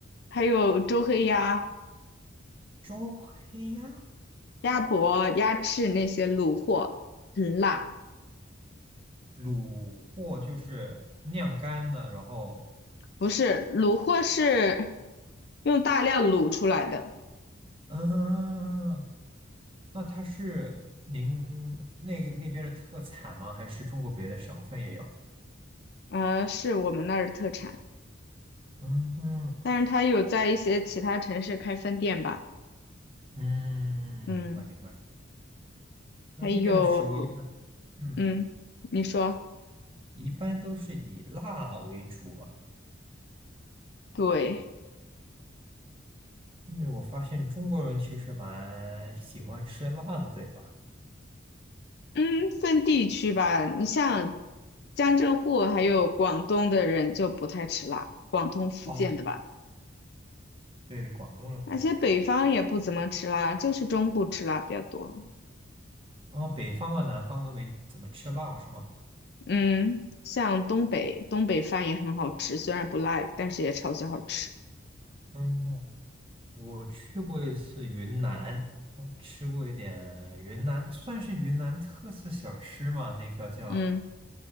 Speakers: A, on the left (about 55°); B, on the right (about 25°).
A: 还有周黑鸭、
B: 周黑鸭，
A: 鸭脖、鸭翅那些卤货，很辣。
B: 卤货就是晾干了，然后，
A: 不是，卤货是用大料卤出来的。
B: 嗯，嗯嗯那它是您那个那边的特产吗？还是中国别的省份也有？
A: 呃，是我们那儿的特产，
B: 嗯嗯
A: 但是它有在一些其他城市开分店吧，
B: 嗯，
A: 嗯，
B: 明白明白。那那边的食物一般，
A: 还有，
B: 嗯，
A: 嗯，你说，
B: 一般都是以辣为主嘛，
A: 对，
B: 因为我发现中国人其实蛮喜欢吃辣的，对吧？
A: 嗯，分地区吧，你像江浙沪还有广东的人就不太吃辣，广东、福建的吧，
B: 哦，对对，广东人不太吃辣。
A: 而且北方也不怎么吃辣，就是中部吃辣比较多，
B: 哦，北方和南方都没怎么吃辣，是吗？
A: 嗯，像东北，东北饭也很好吃，虽然不辣，但是也超级好吃，
B: 嗯，我去过一次云南，我吃过一点云南，算是云南特色小吃嘛，那个叫
A: 嗯，